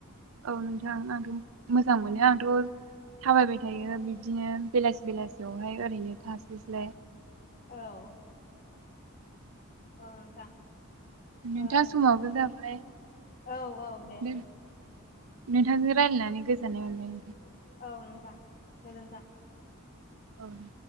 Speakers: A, on the right; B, on the left.
A: औ नोंथां आंथ' मोजां मोनो आंथ' थाबायबाय थायो बिब्दिनो बेलासि बेलासियावहाय ओरैनो थास्लायस्लाय।
B: औ। औ नोंथां।
A: नोंथां
B: औ
A: समाबो जाबाय
B: औ औ दे
A: दोन नोंथांजों रायज्लायनानै गोजोननाय मोनबाय नोंथां।
B: औ नोंथां गोजोन्थों।
A: औ दे